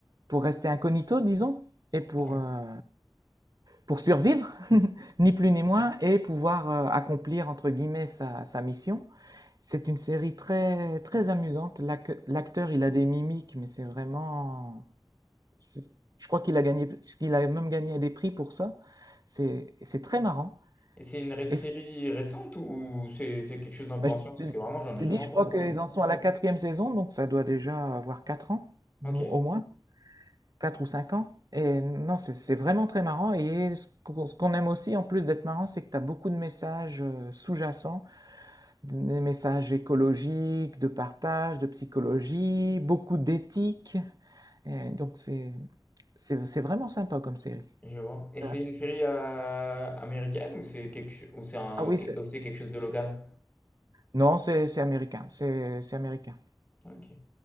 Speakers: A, on the right (about 55°); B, on the left (about 20°).
A: pour rester incognito, disons, et pour,
B: Ouais.
A: euh, pour survivre, <laughs> ni plus ni moins, et pouvoir euh, accomplir, entre guillemets, sa, sa mission. C'est une série très, très amusante. L'ac- L'acteur, il a des mimiques, mais c'est vraiment... C'est- Je crois qu'il a gagné, qu'il a même gagné des prix pour ça. C'est c'est très marrant.
B: Et c'est une ré- série
A: Et c'est-
B: récente ou c'est c'est quelque chose d'un peu
A: bah,
B: ancien?
A: je
B: Parce
A: te, je
B: que vraiment, j'en ai jamais
A: te dis, je
B: entendu
A: crois
B: parler.
A: qu'ils en sont à la quatrième saison, donc ça doit déjà avoir quatre ans,
B: Ok,
A: ou- au moins, quatre ou cinq ans. Et non, c'est c'est vraiment très marrant. Et ce qu'on ce qu'on aime aussi, en plus d'être marrant, c'est que tu as beaucoup de messages euh, sous-jacents, des messages écologiques, de partage, de psychologie, beaucoup d'éthique. Et Donc c'est c'est c'est vraiment sympa comme série.
B: je vois. Et c'est
A: Euh,
B: une série euh, américaine ou c'est quelque cho- ou c'est un
A: Ah oui,
B: ou que-
A: ça-
B: ou c'est quelque chose de local?
A: Non, c'est c'est américain, c'est c'est américain.
B: Ok.